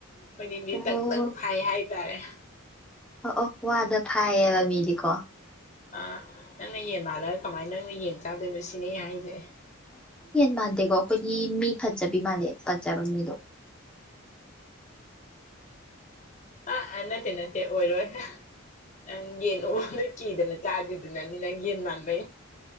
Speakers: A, on the left (about 35°); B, in the centre.
A: ꯃꯅꯤꯡꯗꯤ
B: ꯑꯣ
A: ꯇꯪ ꯇꯛ ꯐꯥꯏ ꯍꯥꯏꯇꯥꯔꯦ
B: ꯑꯣ ꯑꯣ ꯋꯥꯗ ꯐꯥꯏꯌꯦꯕ ꯃꯤꯗꯤꯀꯣ
A: ꯑꯥ ꯅꯪꯅ ꯌꯦꯟ ꯃꯥꯜꯂꯒ ꯀꯃꯥꯏꯅ ꯅꯪꯅ ꯌꯦꯟ ꯆꯥꯗꯣꯏꯅꯣ ꯁꯤꯅꯦ ꯍꯥꯏꯁꯦ
B: ꯃꯥꯥꯟꯗꯦ ꯀꯣ ꯀꯣꯏ ꯃꯤ ꯐꯖꯕꯤ ꯃꯥꯅꯦꯦ ꯐꯖꯕ ꯃꯤ ꯂ
A: ꯑꯥ ꯅꯠꯇꯦ ꯅꯠꯇ ꯑꯣꯏꯔꯣ ꯅꯪ ꯌꯦꯅꯗ ꯀꯤꯗꯅ ꯆꯥꯗ꯭ꯔꯤꯗꯨꯅꯅꯤ ꯅꯪ ꯌꯦꯟ ꯃꯥꯟꯕꯥꯟꯕꯩ